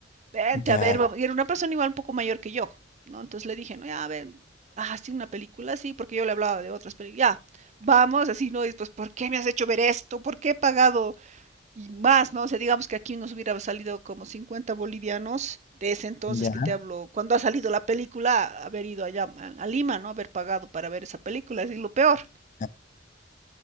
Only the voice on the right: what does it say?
vente
a ver, vamos". y era una persona igual un poco mayor que yo, ¿no? Entonces le dije, no, ya, ven, ah, sí, una película, sí, porque yo le hablaba de otras películas, ya, vamos, así, ¿no? Y pues, ¿por qué me has hecho ver esto? ¿Por qué he pagado y más, ¿no? O sea, digamos que aquí nos hubiera salido como 50 bolivianos de ese entonces
que te hablo, cuando ha salido la película, haber ido allá a Lima, ¿no? Haber pagado para ver esa película, es lo peor